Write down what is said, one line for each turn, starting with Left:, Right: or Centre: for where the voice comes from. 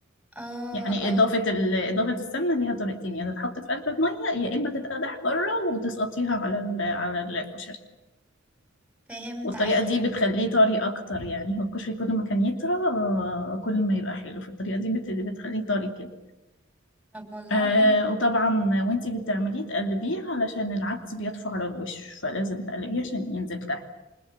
Centre: اه
Left: يعني
Centre: اه
Left: إضافة ال... إضافة السمنة ليها طريقتين يا تتحط في قلب المية يا إما تتقدح بره وتسقطيها على ال... على الكشري
Centre: فهمت
Left: والطريقة
Centre: ايوه
Left: دي بتخليه طري أكتر يعني هو الكشري كل ما كان يطرى آه، كل ما يبقى حلو فالطريقة دي بت... بتخليه طري كده
Centre: طب والله
Left: آه
Centre: حلو
Left: وطبعا وانتي بتعمليه تقلبيه علشان العدس بيطفو على الوش فلازم تقلبيه عشان ينزل تحت